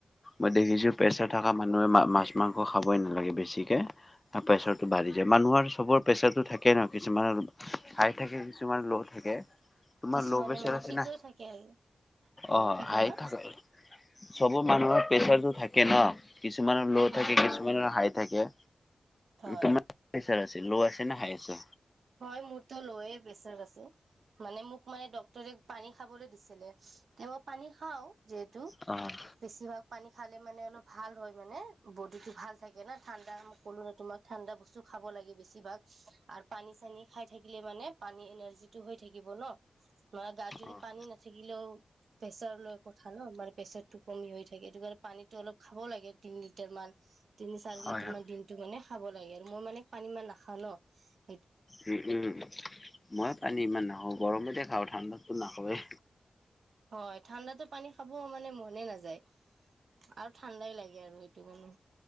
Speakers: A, on the left; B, on the right.
A: মই দেখিছোঁ প্ৰেছাৰ থকা মানুহে মাছ মাংস খাবই নালাগে। বেছিকে আৰু প্ৰেছাৰটো বাঢ়ি যায় মানুহৰ চবৰ প্ৰেছাৰটো থাকেই ন কিছুমানৰ। হাই থাকে কিছুমান ল' থাকে। তোমাৰ
B: কিছুমানে
A: ল' প্ৰেচাৰ
B: মানে
A: আছে
B: ঠিক
A: না
B: হৈ থাকে আৰু হয়
A: অ,
B: কি ক'লা
A: হাই থাকে চবৰ মানুহৰ প্ৰেচাৰটো থাকে। থাকে ন। কিছুমানৰ ল'
B: হয়
A: থাকে কিছুমানৰ
B: হয়
A: হাই থাকে।
B: হয়
A: তোমাৰ পেচাৰ আছিল ল আছে। নে হাই আছে?
B: হয় মোৰতো ল, য়ে। প্ৰেচাৰ আছে মানে মোক মানে ডক্টৰে পানী খাবলৈ দিছিলে তে মই পানী খাওঁ। যিহেতু
A: অ',
B: বেছিভাগ পানী খালে মানে অলপ ভাল হয়। মানে বডিটো ভাল থাকে ন? ঠাণ্ডা মই ক'লোৱে তোমাক ঠাণ্ডা বস্তু খাব লাগে। বেছিভাগ। আৰু পানী চানী খাই থাকিলে, মানে পানী এনাৰ্জিটো হৈ থাকিব ন। তোমাৰ গাত যদি
A: অ',
B: পানী নাথাকিলেও। প্ৰেছাৰ লৈ কথা ন? মানে প্ৰেচাৰটো কমি হৈ থাকে সিটো কাৰণে পানীটো অলপ খাব লাগে তিনি লিটাৰ মান। তিনি চাৰি
A: হয়,
B: লিটাৰ
A: হয়।
B: মান দিনটো মানে। খাব লাগে। মই মানে পানী ইমান নাখাওঁ ন। উ <inaudible>
A: উম উম মই পানী ইমান নাখাওঁ। অ গৰমতে খাওঁ ঠাণ্ডাতটো নাখায়েই।
B: হয় ঠাণ্ডাতো পানী খাব মানে মনেই নাযায়। আৰু ঠাণ্ডাই লাগে আৰু তোমালো